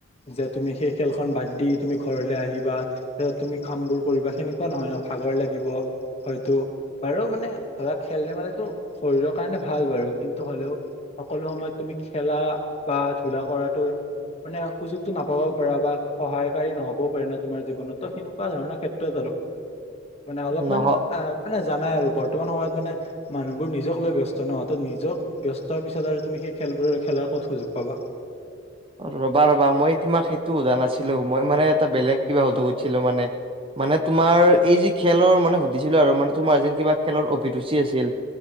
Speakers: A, on the left (about 30°); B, on the right (about 25°).
A: যে তুমি সেই খেলখন বাদ দি তুমি ঘৰলৈ আহিবা তাৰপিছত তুমি কামবোৰ কৰিবা সেনেকোৱা নহয় ন ভাগৰ লাগিব হয়তো বাৰু মানে ধৰা খেল ধেমালিটো শৰীৰৰ কাৰণে ভাল বাৰু কিন্তু হ'লেও সকলো সময়ত তুমি খেলা বা ধূলা কৰাতো মানে সুযোগটো নাপাব পৰা বা সহায়কাৰী নহ'বও পাৰে ন তোমাৰ জীৱনত ত সেনেকোৱা ধৰণৰ ক্ষেত্ৰত আৰু মানে অলপমান
B: নহ
A: আহ মানে জানাই আৰু বৰ্তমান সময়ত মানে মানুহবোৰ নিজক লৈ ব্যস্ত নহ ত নিজক ব্যস্তৰ পিছত আৰু তুমি সেই খেলবোৰ খেলাৰ ক'ত সুযোগ পাবা
B: ৰবা ৰবা মই তোমাক সেইটো সোধা নাছিলো মই মানে এটা বেলেগ কিবা সুধব খুজিছিলো মানে মানে তোমাৰ এই যি খেলৰ মানে সুধিছিলো আৰু মানে তোমাৰ যেন কিবা খেলৰ অভিৰুচি আছিল